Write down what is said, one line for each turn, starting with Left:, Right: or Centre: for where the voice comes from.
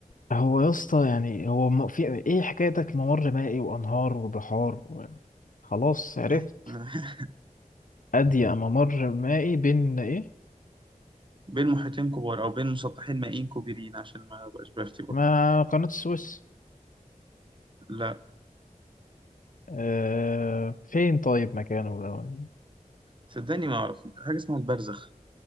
Left: هو يا اسطى يعني هو م- في ايه حكايتك ممر مائي وأنهار وبحار و- خلاص عرفت
Right: عادي. <laughs>
Left: أضيق ممر مائي بين ايه
Right: بين محيطين كبار أو بين مسطحين مائيين كبيرين عشان ما بقاش بفتي برضه
Left: ما قناة السويس
Right: لا
Left: اه فين طيب مكانه ده؟
Right: صدقني ما أعرف حاجة اسمها البرزخ